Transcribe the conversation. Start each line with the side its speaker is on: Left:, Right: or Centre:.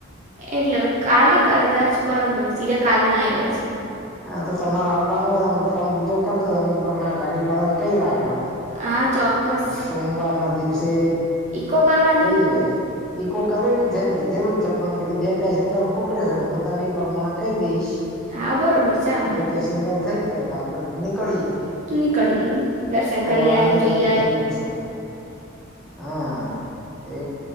Right: એટલે હવે કાલે એક અદા જ પરમ દિવસ. હીરા કાલના આવેલા છે
Centre: હા તો તમારે આવ હોય ફોન બીજો કર દો તમે માણે ગાડી વાળાને કઈ રાખો.
Right: હા ચોક્કસ
Centre: સોમવાર ના દિવસે
Right: ઈકો કરવાની
Centre: રહીએે. ઈકો કરેલી છે ને કે જેલું જ છે પણ કે બે પસે અંદર ખૂટટે છે ને હું તને એ પ્રમાણે કહી દઈશ.
Right: હા બરોબર ચાલે
Centre: બે પેસેન્જર થઇ જાય તો આપડે નીકળીએે.
Right: નીકળીયે દર્શન કરીએ
Centre: વાળાને
Right: જોઈએ.
Centre: તો કીધેલું જ છે હા તે